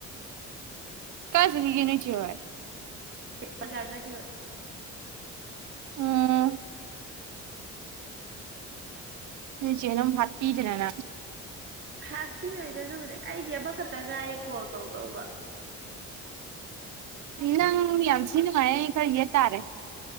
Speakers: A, on the right; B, on the right.
A: ꯀꯥꯁꯨꯈꯤꯒꯦ ꯅꯣꯏꯆꯤ ꯑꯣꯏ
B: ꯕꯖꯥꯔ ꯆꯠꯈꯤꯕ
A: ꯎꯝ ꯎꯝ ꯆꯅꯝ ꯐꯠ ꯄꯤꯗꯅꯅ
B: ꯍꯥꯄꯤꯤ ꯑꯣꯏꯣꯏꯗ ꯑꯗꯨꯕꯨꯗ ꯑꯩꯗꯤ ꯑꯃ ꯈꯛꯇ ꯀꯥꯏꯔꯦ ꯀꯣꯜ ꯇꯧꯗꯧꯕ
A: ꯅꯪ ꯃꯤ ꯌꯥꯝꯁꯤ ꯅꯨꯡꯉꯥꯏ ꯀꯩꯌꯦ ꯇꯥꯔꯦ